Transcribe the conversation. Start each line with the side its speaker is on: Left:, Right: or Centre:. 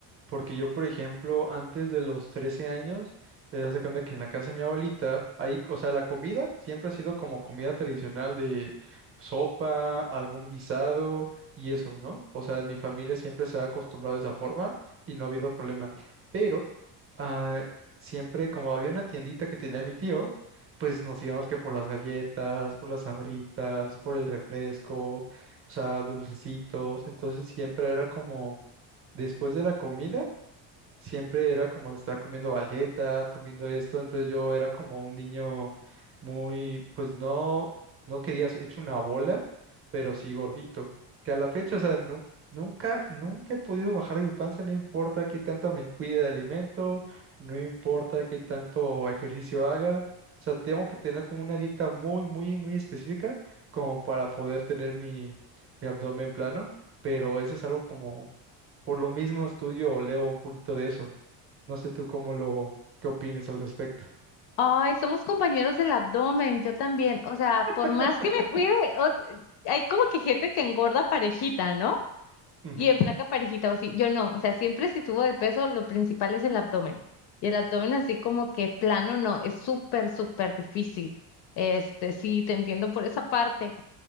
Right: Porque yo, por ejemplo, antes de los 13 años, eh, haz de cuenta que en la casa de mi abuelita, ahí, o sea, la comida siempre ha sido como comida tradicional de sopa, algún guisado y eso, ¿no? O sea, en mi familia siempre se ha acostumbrado de esa forma y no ha habido problema. Pero ah, siempre, como había una tiendita que tenía mi tío, pues nos íbamos que por las galletas, por las sabritas, por el refresco, o sea, dulcecitos. Entonces siempre era como después de la comida siempre era como estar comiendo galletas, comiendo esto, entonces yo era como un niño muy, pues no, no quería hecho una bola, pero sí gordito, que a la fecha, o sea, nu- nunca, nunca he podido bajar de mi panza, no importa qué tanto me cuide de alimento, no importa qué tanto ejercicio haga, o sea, tengo que tener como una dieta muy, muy, muy específica como para poder tener mi, mi abdomen plano, pero eso es algo como por lo mismo estudio o leo un poquito de eso. No sé tú cómo lo, qué opines al respecto.
Left: Ay, somos compañeros del abdomen, yo también. O sea,
Right: <laughs>
Left: por más que me cuide, o- hay como que gente que engorda parejita, ¿no?
Right: Ujú.
Left: Y en flaca parejita o así, yo no, o sea, siempre si subo de peso, lo principal es el abdomen. Y el abdomen así como que plano, no, es súper, súper difícil. Este, sí, te entiendo por esa parte.